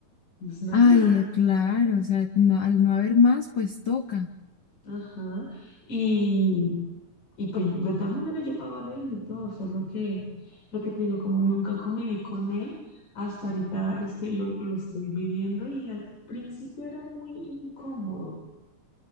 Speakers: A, on the left; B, on the left.
A: pues no es
B: Ay,
A: más.
B: ya, claro. O sea, no, al no haber más, pues toca.
A: Ajá. Y, Y pues de todas maneras yo pago arriendo y todo, solo que lo que te digo, como nunca conviví con él, hasta ahorita este, lo, lo estoy viviendo y al principio era muy incómodo,